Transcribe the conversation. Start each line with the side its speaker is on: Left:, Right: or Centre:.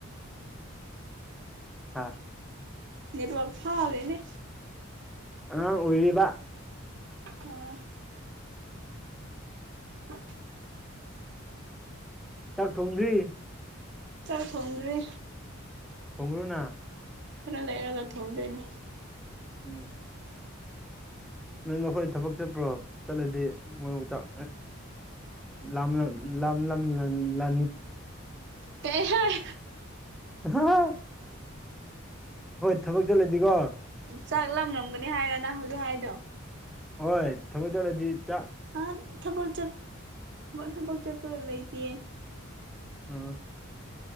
Centre: ꯍꯥ
Right: ꯅꯦꯠꯋꯥꯔꯛ ꯐꯥꯒꯔꯦꯅꯦ
Centre: ꯑ ꯑꯣꯏꯔꯤꯕ
Right: ꯑ <inaudible>
Centre: ꯆꯥꯛ ꯊꯣꯡꯗ꯭ꯔꯤ
Right: ꯆꯥꯛ ꯊꯣꯡꯗ꯭ꯔꯤ꯫
Centre: ꯊꯣꯡꯉꯨꯔꯣꯅ
Right: ꯈꯔ ꯂꯩꯔꯒ ꯊꯣꯡꯗꯣꯏꯅꯦ꯫
Centre: ꯎꯝ ꯅꯣꯏ ꯃꯈꯣꯏ ꯊꯕꯛ ꯆꯠꯄ꯭ꯔꯣ ꯆꯠꯂꯗꯤ ꯃꯣꯏ ꯆꯥꯛ ꯂꯝ ꯂꯝ ꯂꯝ ꯂ ꯂꯅꯤ
Right: ꯀꯩ ꯍꯥꯏꯥꯏ
Centre: <unintelligible> ꯊꯕꯛ ꯆꯠꯂꯗꯤꯀꯣ
Right: ꯆꯥꯛꯂꯝꯂꯝꯝꯒꯅꯤ ꯍꯥꯏꯔ ꯅꯍꯜꯂꯨ ꯍꯥꯏꯗꯣ
Centre: ꯍꯣꯏ ꯊꯕ ꯆꯧꯗꯤ ꯆ
Right: ꯑ ꯊ ꯊꯕꯛ ꯆꯠꯄ ꯂꯩꯇꯦ
Centre: ꯑꯥ